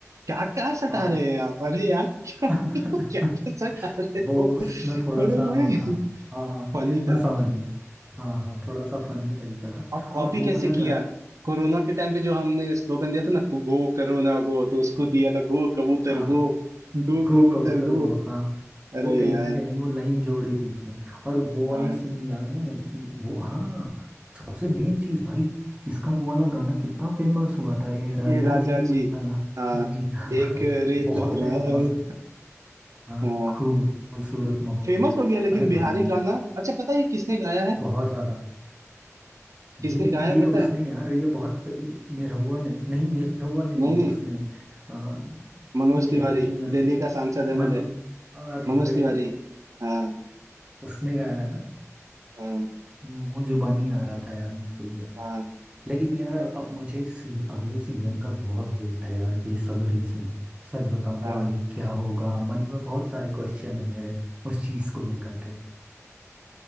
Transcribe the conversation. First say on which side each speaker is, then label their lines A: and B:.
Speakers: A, on the right (about 75°); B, on the right (about 20°).
A: क्या क्या सटा
B: हाँ
A: रहे हैं आप अरे यार <laughs> क्या
B: हाँ।
A: क्या क्या
B: <laughs>
A: सटा रहे
B: वो
A: हो
B: उसमें
A: अरे
B: थोड़ा सा
A: भाई
B: वो था हाँ हाँ
A: फनी था
B: मैं समझ गया हाँ हाँ थोड़ा सा फनी तरीका था
A: और कॉपी
B: और वो
A: कैसे
B: वाला
A: किया कोरोना के टाइम पे जो हमने स्लोगन दिया था ना गो कोरोना गो तो उसको दिया था गो कबूतर
B: गाना
A: गो गो
B: गो
A: कबूतर
B: कबूतर
A: गो
B: गो हाँ वो
A: अरे
B: कहीं
A: यार
B: ना कहीं वो लाइन जोड़ी थी उसमें और वो
A: हाँ
B: वाला सीन याद है कि वो हाँ सबसे मेन चीज भाई इसका वो वाला गाना कितना फेमस हुआ था ए राजा
A: ये राजा
B: जी
A: जी
B: वाला
A: हाँ
B: जी हाँ
A: एक रे
B: <laughs> बहुत
A: तो
B: फेमस
A: रहल
B: हाँ
A: हाँ
B: खूबसूरत मुहूर्त
A: फेमस हो गया लेकिन
B: अरे
A: बिहारी
B: भाई
A: गाना अच्छा पता है ये किसने गाया है
B: बहुत ज्यादा
A: किसने
B: ये
A: गाया है
B: ये
A: पता
B: उसने
A: है
B: यार ये बहुत निरहुआ ने नहीं निरहुआ ने
A: नहीं
B: नहीं
A: नहीं
B: उसने आ,
A: मनोज
B: ये
A: तिवारी
B: रिंकी आके
A: दिल्ली का सांसद एमएलए
B: मनो अरे
A: मनोज तिवारी हाँ
B: उसने गाया है ना
A: हाँ
B: मुंह जुबानी आ रहा था यार मैं भूल गया था
A: हाँ
B: लेकिन यार अब मुझे सी, अगले सीजन का बहुत वेट है यार बेसब्री से सच बताऊं तो
A: हाँ
B: आगे क्या होगा मन में बहुत सारे क्वेश्चन है मेरे उस चीज को लेकर के